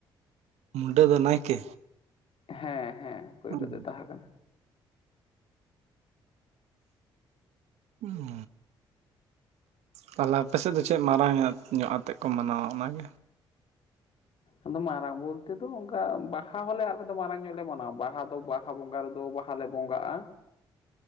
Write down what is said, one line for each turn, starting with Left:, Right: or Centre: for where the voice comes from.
Right: ᱢᱩᱰᱟᱹ ᱫᱚ ᱱᱟᱭᱠᱮ
Left: ᱦᱮᱸ ᱦᱮᱸ ᱯᱳᱭᱞᱳ
Right: ᱦᱩᱸ
Left: ᱫᱚᱭ ᱛᱟᱦᱮᱸ ᱠᱟᱱᱟ
Right: ᱩ <unintelligible> ᱛᱟᱦᱚᱞᱮ ᱟᱯᱮ ᱥᱮᱫ ᱫᱚ ᱪᱮᱫ ᱢᱟᱨᱟᱝ ᱧᱚᱜ ᱟᱛᱮᱫ ᱠᱚ ᱢᱟᱱᱟᱣᱟ ᱚᱱᱟᱜᱮ
Left: ᱟᱫᱚ ᱢᱟᱨᱟᱝ ᱵᱚᱞᱛᱮ ᱫᱚ ᱚᱱᱠᱟ ᱵᱟᱦᱟ ᱦᱚᱸᱞᱮ ᱟᱞᱮ ᱫᱚ ᱢᱟᱨᱟᱝ ᱧᱚᱜ ᱞᱮ ᱢᱟᱱᱟᱣᱟ ᱵᱟᱦᱟ ᱫᱚ ᱵᱟᱦᱟ ᱵᱟᱦᱟ ᱵᱚᱸᱜᱟ ᱨᱮᱫᱚ ᱵᱟᱦᱟ ᱞᱮ ᱵᱚᱸᱜᱟᱜᱼᱟ
Right: <inaudible>